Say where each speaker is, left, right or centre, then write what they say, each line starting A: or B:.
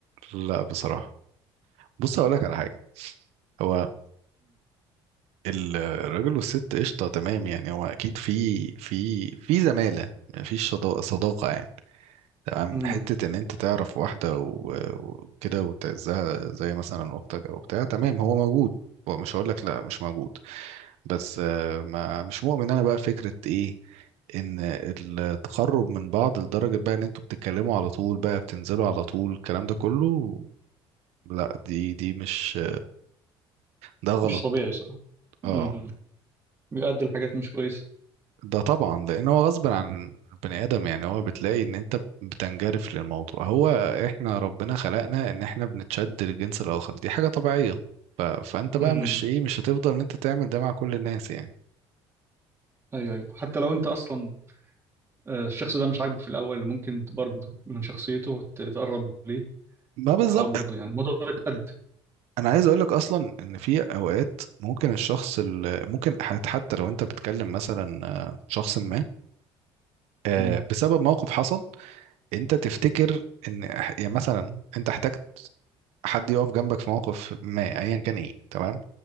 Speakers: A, on the right; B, on the right.
A: لا بصراحة بص هقول لك على حاجة هو ال- الراجل والست قشطة تمام يعني هو اكيد في في في زمالة مفيش شضا- صداقة يعني تمام
B: امم
A: حتة إن أنت تعرف واحدة و- وكده وتعزها زي مثلا أختك أو بتاع تمام هو موجود هو مش هقول لك لا مش موجود بس آه، ما مش مؤمن أنا بقى فكرة إيه إن التقرب من بعض لدرجة بقى إن أنتوا بتتكلموا على طول بقى بتنزلوا على طول الكلام ده كله لا دي دي مش ده غلط
B: مش طبيعي صح
A: اه
B: امم بيؤدي لحاجات مش كويسه
A: ده طبعا لان هو غصب عن البني ادم يعني هو بتلاقي ان انت بتنجرف للموضوع هو احنا ربنا خلقنا ان احنا بنتشد للجنس الاخر دي حاجه طبيعيه ف... فانت بقى
B: امم
A: مش ايه مش هتفضل ان انت تعمل ده مع كل الناس يعني
B: ايوه ايوه حتى لو انت اصلا آه، الشخص ده مش عاجبك في الاول ممكن برضه من شخصيته تتقرب ليه
A: ما بالظبط
B: تحاول برضه يعني الموضوع يتقد
A: انا عايز اقولك اصلا ان في اوقات ممكن الشخص اللي ممكن حت- حتى لو انت بتكلم مثلا آه، شخص ما آه،
B: امم
A: بسبب موقف حصل انت تفتكر ان يعني مثلا انت احتجت حد يقف جنبك في موقف ما ايا كان ايه تمام